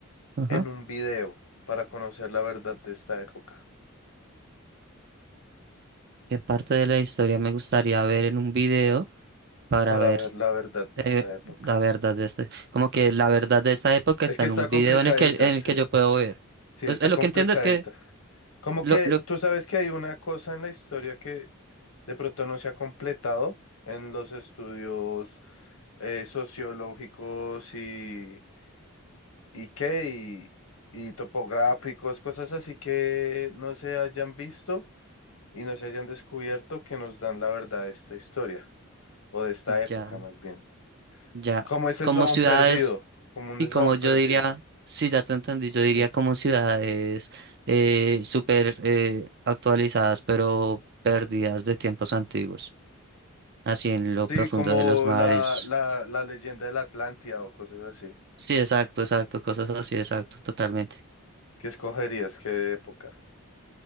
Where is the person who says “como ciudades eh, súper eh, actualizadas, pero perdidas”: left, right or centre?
Right